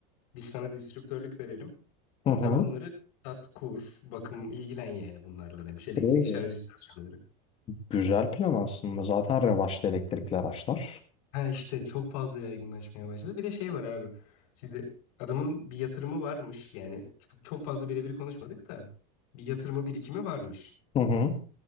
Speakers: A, on the left; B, on the left.
A: biz sana distribütörlük verelim.
B: Hı hı.
A: Sen bunları sat, kur, bakım ilgilen yani bunlarla demiş. Elektrikli
B: Oo,
A: şarj istasyonları.
B: Güzel plan aslında. Zaten revaçta elektrikli araçlar.
A: Ha işte çok fazla yaygınlaşmaya başladı. Bir de şey var abi. Şimdi adamın bir yatırımı varmış. Yani çok çok fazla birebir konuşmadık da bir yatırımı birikimi varmış.
B: Hı hı.